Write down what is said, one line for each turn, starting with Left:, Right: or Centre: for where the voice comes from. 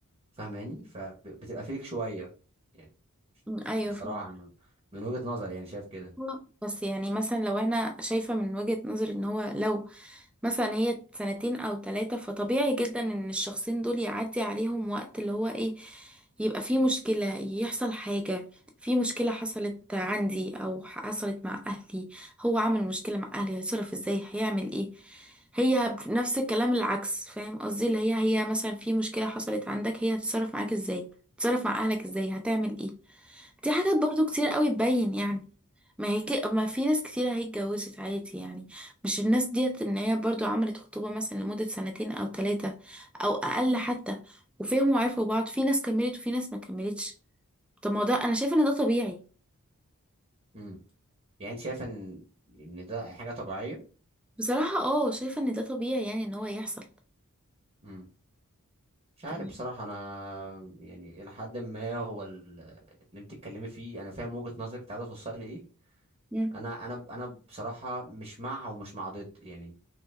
Right: فاهماني فبتبقى فيك شوية يعني
Centre: أمم، ايوه
Right: بصراحة
Centre: فهمت.
Right: من من وجهة نظري يعني شايف كده
Centre: آه، بس يعني مثلا لو انا شايفة من وجهة نظري ان هو لو مثلا هي سنتين او ثلاثة فطبيعي جدا ان الشخصين دول يعدي عليهم وقت اللي هو ايه يبقى في مشكلة يحصل حاجة في مشكلة حصلت عندي او حصلت مع اهلي هو عامل مشكلة مع اهلي هيتصرف ازاي هيعمل ايه هي نفس الكلام العكس فاهم قصدي اللي هي هي مثلا في مشكلة حصلت عندك هي هتتصرف معاك ازاي تتصرف مع اهلك ازاي هتعمل ايه دي حاجات برضو كتير قوي تبين يعني ما هي كده ما في ناس كتير هي اتجوزت عادي يعني مش الناس ديت ان هي برضو عملت خطوبة مثلا لمدة سنتين او ثلاثة او اقل حتى وفهموا وعرفوا بعض في ناس كملت وفي ناس ما كملتش طب ما هو ده انا شايفة ان ده طبيعي
Right: امم يعني انت شايف ان ان ده حاجه طبيعيه
Centre: بصراحة اه شايفة ان ده طبيعي يعني ان هو يحصل
Right: امم مش عارف
Centre: فاهمة
Right: بصراحه انا يعني الى حد ما هو ال- اللي انت بتتكلمي فيه انا فاهم وجهه نظرك انت عايزه توصلي ايه
Centre: مم.
Right: انا انا انا بصراحه مش مع ومش مع ضد يعني